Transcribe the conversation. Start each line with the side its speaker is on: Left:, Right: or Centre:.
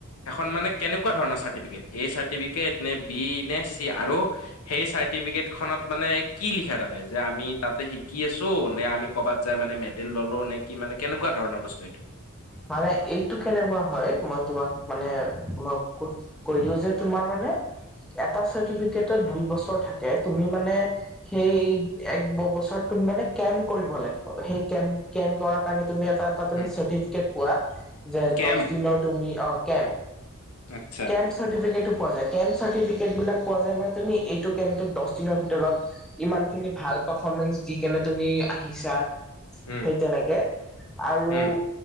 Left: এখন মানে কেনেকুৱা ধৰণৰ চাৰ্টিফিকেট? এ চাৰ্টিফিকেট নে বি নে চি? আৰু সেই চাৰ্টিফিকেট খনত মানে কি লিখা থাকে যে আমি তাতে শিকি আছোঁ নে আমি ক'ৰবাত যায় মানে মেড ডেল ললোঁ, নে কি মানে কেনেকুৱা ধৰণৰ বস্তু এইটো?
Centre: মানে এইটো কেনেকুৱা হয়, মই তোমাক মানে ম ক'ত কৈ দিওঁ যে তোমাৰ মানে, এটা চাৰ্টিফিকেটত দুই বছৰ থাকে তুমি মানে, সেই এক বছৰত তুমি মানে কেম্প কৰিব লাগিব। সেই কেম্প-কেম্প কৰাৰ কাৰণে তুমি এটা <unintelligible> তুমি
Left: উম,
Centre: চাৰ্টিফিকেট পোৱা, যে
Left: কেম্প
Centre: দহ দিনৰ তুমি অ কেম্প।
Left: আচ্ছা
Centre: কেম্প চাটিফিকেটো পোৱা যায়, কেম্প চাৰ্টিফিকেট বিলাক পোৱা যায় মানে তুমি এইটো কেম্পটো দহ দিনৰ ভিতৰত ইমান খিনি ভাল পাৰফৰ্মেন্ঞ্চ দি কেনে তুমি আহিছা!
Left: উম
Centre: সেই তেনেকে, আৰু
Left: উম